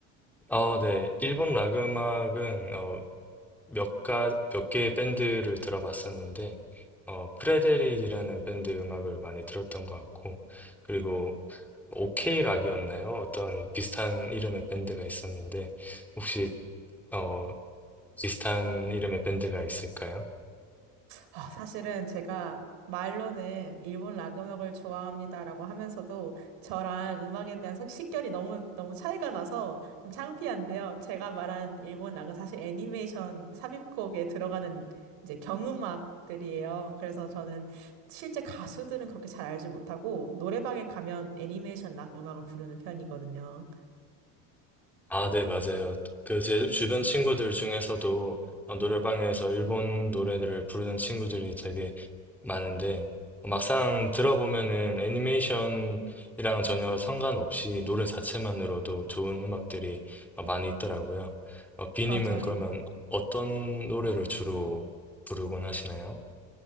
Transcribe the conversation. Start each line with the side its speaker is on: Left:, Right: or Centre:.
Centre: 어, 네. 일본 락 음악은 어, 몇 가, 몇 개의 밴드를 들어봤었는데, 어, 프레데릭이라는 밴드 음악을 많이 들었던 것 같고, 그리고 오케이 락이었나요? 어떤 비슷한 이름의 밴드가 있었는데, 혹시, 어, 비슷한 이름의 밴드가 있을까요?
Right: 아, 사실은 제가 말로는 일본 락 음악을 좋아합니다라고 하면서도 저랑 음악에 대한 석- 식견이 너무 너무 차이가 나서 좀 창피한데요. 제가 말한 일본 락은 사실 애니메이션 삽입곡에 들어가는 이제 경음악들이에요. 그래서 저는 실제 가수들은 그렇게 잘 알지 못하고 노래방에 가면 애니메이션 락 음악을 부르는 편이거든요.
Centre: 아, 네, 맞아요. 그 제 주변 친구들 중에서도 어, 노래방에서 일본 노래들을 부르는 친구들이 되게 많은데 어, 막상 들어보면은 애니메이션이랑 전혀 상관없이 노래 자체만으로도 좋은 음악들이 어, 많이 있더라고요. 어, 비님은
Right: 맞아요.
Centre: 그러면 어떤 노래를 주로 부르곤 하시나요?